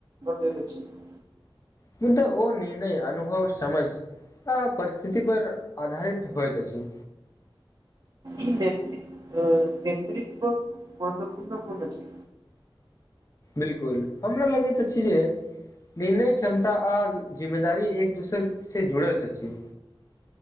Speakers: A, on the right; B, on the left.
A: <unintelligible>
B: मु तऽ ओ निर्णय अनुभव समझ- - आ परिस्थिति पर आधारित होइ त अछी।
A: ई नेतृत्व -नेतृत्व महत्वपूर्ण कोन अछी।
B: बिलकुल हमरा लगैत अछी जे- - निर्णय क्षमता आ जिम्मेदारी एक दोसर से जुड़ल रहै अछी।